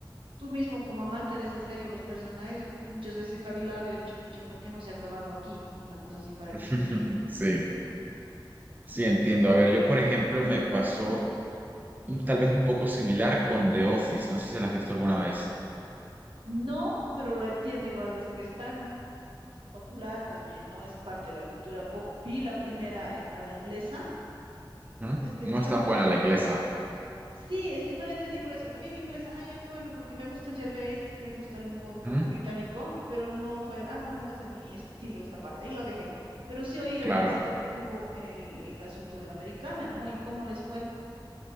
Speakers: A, on the right; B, on the right.
A: Tú mismo, como amante de esa serie o los personajes, yo muchas veces he cavilado y he dicho, pucha, ¿por qué no se ha acabado aquí? Una cosa así para
B: <laughs>
A: que esté bien.
B: Sí, sí, entiendo. A ver, yo por ejemplo me pasó un- tal vez un poco similar con The Office, no sé si la has visto alguna vez.
A: No, pero la entiendo igual, es que es tan popular también, ¿no? Es parte de la cultura pop. Vi la primera eh, a la inglesa,
B: ¿Mm?
A: es que
B: No
A: digamos
B: es tan
A: que
B: buena
A: ahí surgió.
B: la inglesa.
A: Sí, es que no la entendí por eso. La vi la inglesa, ay, ya qué bueno, porque me gusta el Gervais, me gusta el humor un poco
B: ¿Mm?
A: británico, pero no fue, ah, no, no es de mi estilo esta parte. Ahí lo dejé. Pero sí oí el
B: Claro,
A: éxito que tuvo el, el asunto de la americana, ¿no? Y cómo les fue.